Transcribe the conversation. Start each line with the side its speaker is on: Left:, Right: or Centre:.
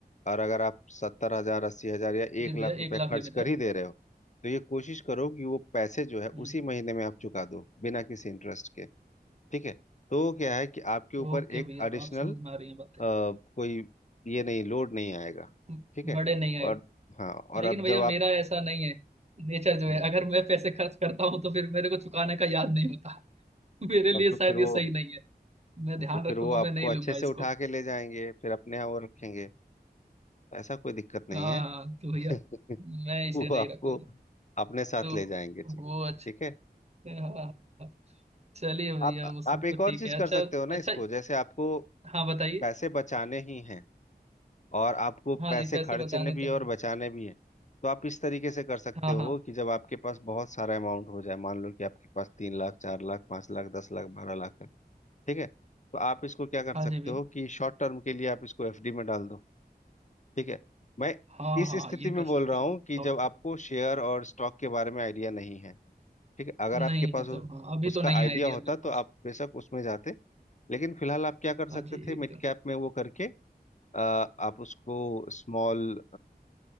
Left: और अगर आप सत्तर हजार अस्सी हजार या
Right: जी
Left: एक लाख
Right: भैया
Left: रुपए
Right: एक लाख
Left: खर्च
Right: लिमिट
Left: कर
Right: है
Left: ही दे रहे हो तो ये कोशिश करो कि वो पैसे जो है
Right: हम्म,
Left: उसी महीने में आप चुका दो बिना किसी इंटरेस्ट के ठीक है तो क्या है कि आपके ऊपर
Right: ओके
Left: एक
Right: भैया
Left: एडिशनल
Right: आप समझ में आ रही हैं बातें
Left: कोई ये नहीं लोड नहीं आएगा
Right: हम्म,
Left: ठीक है
Right: बड़े नहीं आए
Left: और हाँ और
Right: लेकिन
Left: अब
Right: भैया
Left: जब
Right: मेरा
Left: आप
Right: ऐसा नहीं है नेचर जो
Left: हम्म,
Right: है अगर मैं पैसे खर्च करता हूँ तो फिर मेरे को चुकाने का याद नहीं होता <laughs> मेरे
Left: तब
Right: लिए
Left: तो
Right: शायद
Left: फिर वो
Right: ये सही नहीं है मैं ध्यान
Left: तो
Right: रखूंगा
Left: फिर वो आपको
Right: मैं नहीं
Left: अच्छे
Right: लूंगा
Left: से
Right: इसको
Left: उठा के ले जाएंगे फिर अपने यहाँ वो रखेंगे ऐसा कोई दिक्कत नहीं
Right: हाँ
Left: है
Right: हाँ तो
Left: <laughs>
Right: भैया मैं इसे
Left: वो
Right: नहीं
Left: आपको
Right: रखूंगा
Left: अपने साथ
Right: तो
Left: ले जाएंगे जी
Right: वो
Left: ठीक
Right: अच्छा
Left: है
Right: हाँ हाँ। हाँ। चलिए भैया
Left: आप
Right: वो सब
Left: आप एक
Right: तो ठीक
Left: और चीज
Right: है
Left: कर
Right: अच्छा
Left: सकते हो ना
Right: अच्छा
Left: इसको जैसे आपको
Right: हाँ बताइए
Left: पैसे बचाने ही हैं और आपको
Right: हाँ
Left: पैसे
Right: जी पैसे
Left: खर्चने
Right: बचाने
Left: भी
Right: तो
Left: है
Right: हैं
Left: और बचाने भी है तो आप इस तरीके से कर सकते
Right: हाँ
Left: हो
Right: हाँ
Left: कि जब आपके पास बहुत सारा अमाउंट हो जाए मान लो कि आपके पास तीन लाख चार लाख पांच लाख दस लाख बारह लाख है ठीक है तो आप इसको क्या कर
Right: हाँ
Left: सकते
Right: जी भैया
Left: हो कि शॉर्ट टर्म के लिए आप इसको एफडी में डाल दो ठीक है मैं
Right: हाँ
Left: इस
Right: हाँ
Left: स्थिति
Right: ये
Left: में
Right: कर
Left: बोल
Right: सकते
Left: रहा
Right: हैं
Left: हूँ कि
Right: शॉर्ट
Left: जब आपको
Right: टर्म
Left: शेयर और स्टॉक के बारे में आइडिया नहीं है ठीक है अगर आपके
Right: नहीं
Left: पास
Right: है
Left: उ-
Right: तो हाँ अभी
Left: उसका
Right: तो नहीं
Left: आइडिया
Right: आइडिया
Left: होता
Right: मेरे
Left: तो
Right: पास
Left: आप बेशक उसमें जाते लेकिन फिलहाल आप क्या कर सकते
Right: हाँ जी
Left: थे
Right: एकदम
Left: मिड कैप में वो करके अ, आप उसको स्मॉल